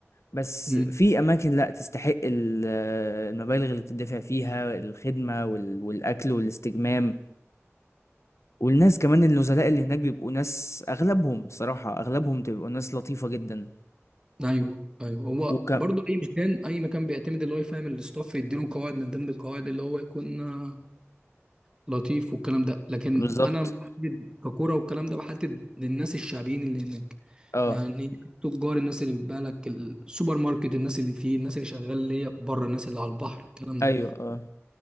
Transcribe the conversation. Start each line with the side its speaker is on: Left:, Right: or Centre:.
Left: بس
Right: امم
Left: في اماكن لا تستحق ال- المبالغ اللي بتدفع فيها الخدمه وال- والاكل والاستجمام والناس كمان النزلاء اللي هناك بيبقوا ناس اغلبهم صراحه اغلبهم بتبقوا ناس لطيفه جدا
Right: ايوه ايوه هو
Left: وك
Right: برضو اي مكان اي مكان بيعتمد اللي هو يفهم الاستاف يديله قواعد من ضمن القواعد اللي هو يكون آه، لطيف والكلام ده لكن
Left: بالظبط
Right: انا بحدد ككوره والكلام ده بحدد للناس الشعبيين اللي هناك
Left: اه
Right: يعني التجار الناس اللي بتبيع لك السوبر ماركت الناس اللي فيه الناس اللي شغال ليا بره الناس اللي على البحر الكلام ده
Left: ايوه اه